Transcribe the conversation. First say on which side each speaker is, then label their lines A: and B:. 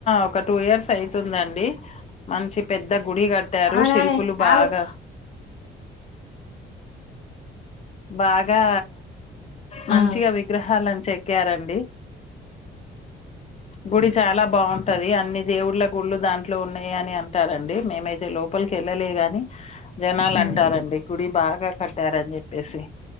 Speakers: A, on the left; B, on the left.
A: ఒక టూ ఇయర్స్ అయితుందండి. మంచి పెద్ద గుడి కట్టారు
B: అవునా
A: శిల్పులు
B: నే
A: బాగా
B: ఆ గు
A: బాగా మంచిగా
B: ఆ
A: విగ్రహాలని చెక్కారండి. గుడి చాలా బాగుంటది. అ అన్ని దేవుళ్ళ గుళ్లు దాంట్లో ఉన్నాయి అని అంటారండి. మేమైతే లోపలికి వెళ్ళలే గాని జనాలు అంటారండి.
B: ఆ
A: గుడి బాగా కట్టారని చెప్పి పేసి